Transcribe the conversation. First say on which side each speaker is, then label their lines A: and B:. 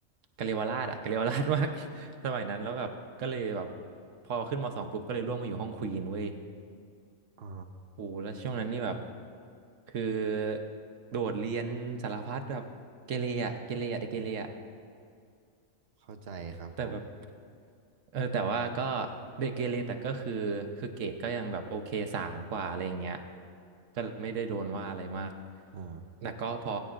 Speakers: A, on the right (about 70°); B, on the right (about 50°).
A: กะเรียวราชอะกะเรียวราชมาก <laughs> สมัยนั้นแล้วแบบก็เลยแบบพอขึ้นมสองปุ๊บก็เลยร่วงมาอยู่ห้องควีนเว้ย
B: อ๋อ
A: โอ้แล้วช่วงนั้นนี่แบบคือโดดเรียนสารพัดแบบเกเรอะเกเรอะเด็กเกเรอะ
B: เข้าใจครับผม
A: แต่แบบเออแต่ว่าก็เด็กเกเรแต่ก็คือคือเกรดก็ยังแบบโอเคสามกว่าอะไรอย่างเงี้ยก็เลยไม่ได้โดนว่าอะไรมาก
B: อ๋อ
A: แล้วก็พอ